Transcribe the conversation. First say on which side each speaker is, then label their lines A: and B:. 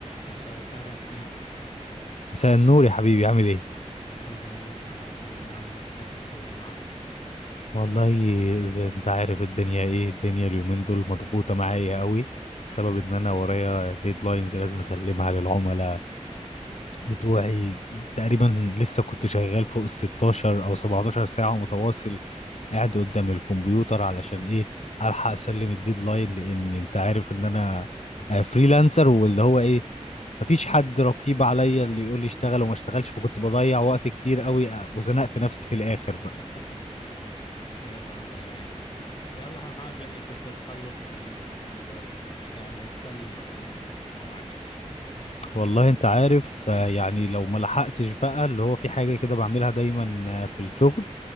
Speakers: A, on the left; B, on the left.
A: مساء الخير يا محمد
B: مساء النور يا حبيبي عامل ايه
A: الحمد لله تمام طمني عنك كيف الشغل معك
B: والله ده انت عارف الدنيا ايه الدنيا اليومين دول مضغوطة معايا قوي بسبب ان انا ورايا ديدلاينز لازم اسلمها للعملاء بتوعي تقريبا لسه كنت شغال فوق ال 16 او 17 ساعة متواصل قاعد قدام الكمبيوتر علشان ايه الحق اسلم الديدلاين لان انت عارف ان انا فريلانسر واللي هو ايه مفيش حد رقيب عليا اللي يقول لي اشتغل وما اشتغلش فكنت بضيع وقت كتير قوي آه، وزنقت نفسي في الاخر بقى
A: <laughs> يلا الله يعين يلا أهم حاجة إنك أنت تخلص في ال... ال- يعني تسلم على المواعيد
B: والله انت عارف آه، يعني لو ما لحقتش بقى اللي هو في حاجة كده بعملها دايما آه، في الشغل